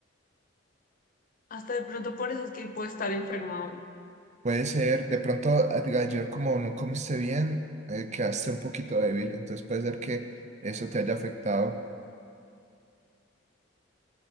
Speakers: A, on the left; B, on the right.
A: Hasta de pronto por eso es que puedo estar enferma hoy.
B: Puede ser, de pronto a- ayer como no comiste bien, eh, quedaste un poquito débil, entonces puede ser que eso te haya afectado.